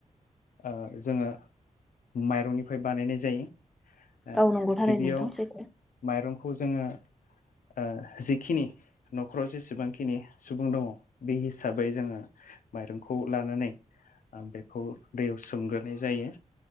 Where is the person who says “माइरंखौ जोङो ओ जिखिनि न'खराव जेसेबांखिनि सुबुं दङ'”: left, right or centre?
Left